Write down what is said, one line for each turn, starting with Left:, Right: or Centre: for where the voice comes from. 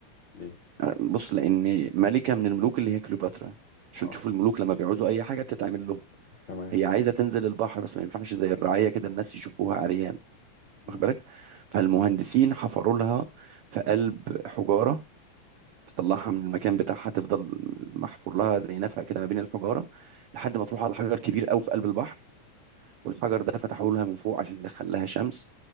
Left: ليه
Right: بص لان ملكة من الملوك اللي هي كليوباترا عشان
Left: اه
Right: تشوف الملوك لما بيعوزوا اي حاجة بتتعمل لهم
Left: تمام
Right: هي عايزة تنزل البحر بس ما ينفعش زي الرعاية كده الناس يشوفوها عريان
Left: امم
Right: واخد بالك فالمهندسين حفروا لها في قلب حجارة تطلعها من المكان بتاعها تفضل محفور لها زي نفق كده ما بين الحجاره لحد ما تروح على حجر كبير قوي في قلب البحر والحجر ده فتحوا لها من فوق عشان يدخل لها شمس